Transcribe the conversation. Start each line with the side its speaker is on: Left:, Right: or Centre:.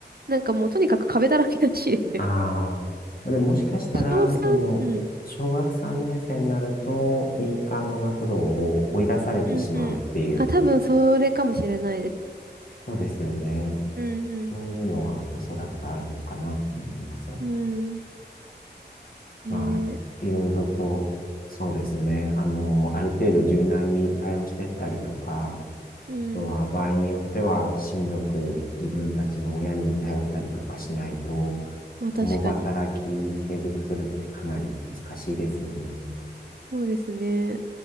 Right: なんかもうとにかく壁だらけらしいですよ。
Left: ああー、でももしかしたら、
Right: <laughs> 小 3?
Left: その、
Right: うん。
Left: 小学3年生になると、民間の学童を追い出されてしまうっていう、
Right: うんうん。あ、多分それかもしれないです。
Left: そうですよね。
Right: うん
Left: そういうのはおそらくあるのかなと思います。
Right: うん。うん。えー、
Left: まあ、いろいろと、そうですね。あの、ある程度柔軟に対応してったりとか、
Right: うん。
Left: あとは場合によっては親族、自分たちの親に頼ったりとかしないと、
Right: まあ確かに。
Left: 共働き継続するってかなり難しいですよね。
Right: そうですね。